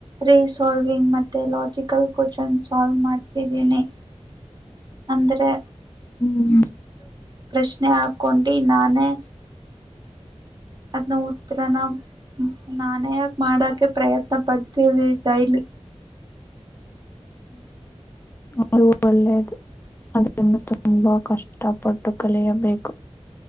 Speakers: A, on the right; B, on the left.
A: ರೀಸಾಲ್ವಿಂಗ್ ಮತ್ತೆ ಲಾಜಿಕಲ್ ಕೋಶನ್ ಸಾಲ್ವ್ ಮಾಡ್ತಿದ್ದೀನಿ ಅಂದ್ರೆ
B: ಹ್ಮ್
A: ಪ್ರಶ್ನೆ ಹಾಕೊಂಡಿ ನಾನೇ ಅದ್ನ ಉತ್ತರನ ನಾನೇ ಮಾಡಕೆ ಪ್ರಯತ್ನ ಪಡ್ತೀನಿ ಡೈಲಿ ಹ <inaudible>
B: ಅ ಒಳ್ಳೇದು ಅದರಿಂದ ತುಂಬಾ ಕಷ್ಟಪಟ್ಟು ಕಲಿಯಬೇಕು